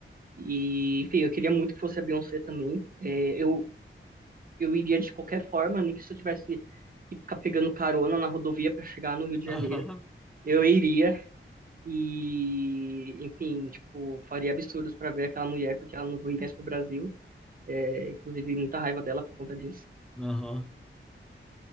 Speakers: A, on the right; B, in the centre.
A: e, enfim, eu queria muito que fosse a Beyoncé também, É, eu, eu iria de qualquer forma, nem que se eu tivesse que ficar pegando carona na rodovia para chegar no Rio de
B: <laughs>
A: Janeiro,
B: Aham.
A: eu iria, e, enfim, tipo, faria absurdos pra ver aquela mulher, porque ela não viesse pro Brasil. É, inclusive, muita raiva dela por conta disso.
B: Aham.